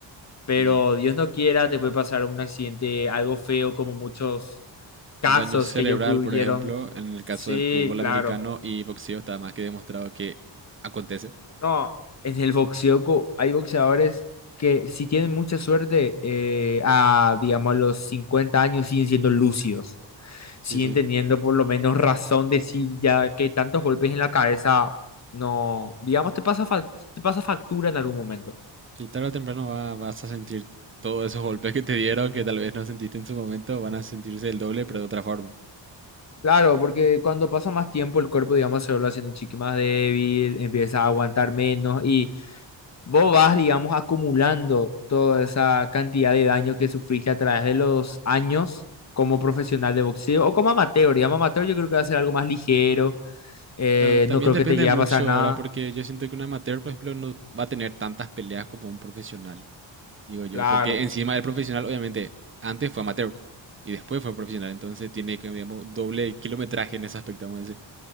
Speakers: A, on the left (about 35°); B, on the right (about 25°).
A: pero
B: Sí, sí.
A: Dios no quiera, te puede pasar un accidente, algo feo como muchos casos
B: Un daño cerebral,
A: que ya ocurrieron.
B: por ejemplo, en el caso
A: Sí,
B: del fútbol
A: claro.
B: americano y boxeo está más que demostrado que acontece.
A: No, en el boxeo co- hay boxeadores que si tienen mucha suerte, eh, a, digamos, a los 50 años siguen siendo lúcidos, siguen
B: Sí, sí.
A: teniendo por lo menos razón de sí, ya que tantos golpes en la cabeza, no, digamos, te pasa, fac- te pasa factura en algún momento.
B: Sí, tarde o temprano va- vas a sentir todos esos golpes que te dieron, que tal vez no sentiste en su momento, van a sentirse el doble, pero de otra forma.
A: Claro, porque cuando pasa más tiempo el cuerpo, digamos, se vuelve haciendo un chique más débil, empieza a aguantar menos y vos vas, digamos, acumulando toda esa cantidad de daño que sufriste a través de los años como profesional de boxeo o como amateur. Digamos, amateur yo creo que va a ser algo más ligero, eh,
B: Claro, también
A: no creo
B: depende
A: que te llegue
B: mucho,
A: a pasar nada.
B: ¿verdad? Porque yo siento que un amateur, por ejemplo, no va a tener tantas peleas como un profesional. digo yo,
A: Claro.
B: porque encima el profesional, obviamente, antes fue amateur y después fue profesional, entonces tiene que, digamos, doble kilometraje en ese aspecto, vamos a decir.